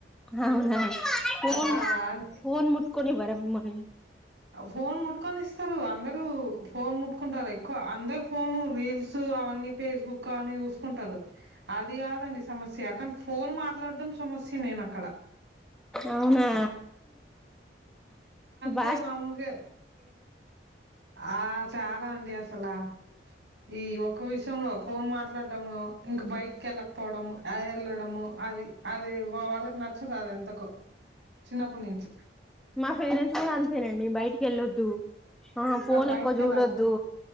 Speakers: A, in the centre; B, on the right.
A: అవునా ఫోన్
B: అహా!
A: ఫోన్ ముట్కోనివ్వర మీమల్ని
B: ఫోన్ ముట్కొని ఇస్తారు అందరు ఫోన్ ముట్టుకుంటారు ఎక్కువ అందరు ఫోను రీల్స్ అ ఫేస్బుక్ అని చూసుకుంటారు అది కాదండి సమస్య కానీ ఫోన్ మాట్లాడం సమస్య నేను అక్కడ
A: అవునా బ
B: కే మాములుగే ఆ చాలా అండి అస్ అసలా ఈ ఒక్క విష లో ఫోన్ మాట్లాడము ఇంక బయటకి వెళ్ళకపోవడము వెళ్ళడము అది అది వా వాళ్ళకి నచ్చదు అది ఎంతకో చిన్నప్పటి నుంచి
A: మా పేరెంట్స్ కూడా అంతేనండి బయటికి వెళ్ళొద్దు ఆ ఫోన్
B: బయటికి
A: ఎక్కువ జుడోదు
B: వెళ్ళదు